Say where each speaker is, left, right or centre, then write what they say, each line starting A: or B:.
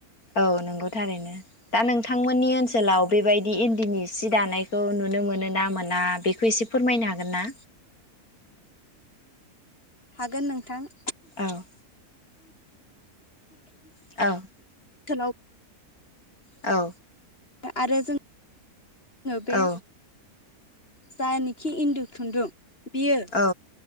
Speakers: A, on the left; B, on the left.
A: औ नंगौ थारैनो दा नोंथांमोननि ओनसोलाव बेबायदि इन्दिनि सि दानायखौ नुनो मोनो ना मोना बेखौ एसे फोरमायनो हागोन ना
B: हागोन नोंथां
A: औ औ
B: सोलाव
A: औ
B: आरो जों बे
A: औ
B: जायानोखि इन्दु खुन्दुं बियो
A: औ